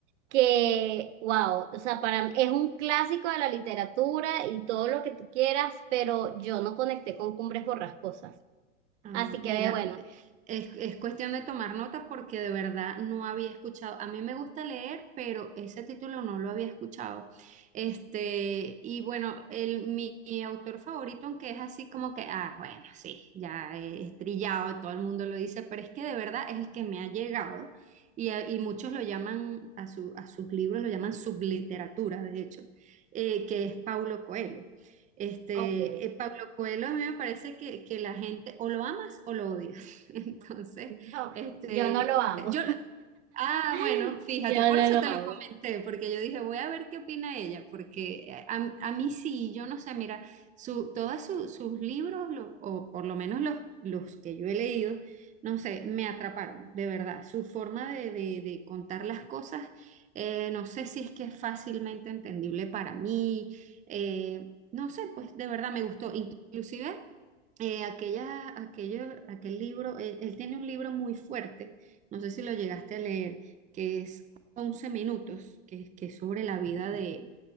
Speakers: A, on the right; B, on the right.
A: que, wow, o sea, para, es un clásico de la literatura y todo lo que tú quieras, pero yo no conecté con Cumbres Borrascosas.
B: Ah,
A: Así que,
B: mira,
A: ve, bueno,
B: eh, es, es cuestión de tomar nota porque de verdad no había escuchado. A mí me gusta leer, pero ese título no lo había escuchado. Este, y bueno, el, mi, mi autor favorito, aunque es así como que, ah, bueno, sí, ya es trillado, todo el mundo lo dice, pero es que de verdad es el que me ha llegado y, a- y muchos lo llaman, a, su, a sus libros lo llaman subliteratura, de hecho, eh, que es Paulo Coelho. Este,
A: ok,
B: eh, Pablo Coelho a mí me parece que, que la gente o lo amas o lo odias. <laughs> Entonces,
A: yo,
B: este,
A: yo no lo amo,
B: yo, Ah, bueno,
A: <laughs>
B: fíjate,
A: yo
B: por
A: no
B: eso
A: lo
B: te
A: amo.
B: lo comenté, porque yo dije, voy a ver qué opina ella, porque a, a mí sí, yo no sé, mira, su, todos su- sus libros, lo- o por lo menos los, los que yo he leído, no sé, me atraparon, de verdad. Su forma de, de- de contar las cosas, eh, no sé si es que es fácilmente entendible para mí, eh, no sé, pues de verdad me gustó. Inclusive eh, aquella, aquello, aquel libro, él, él tiene un libro muy fuerte, no sé si lo llegaste a leer, que es once minutos, que, que es sobre la vida de,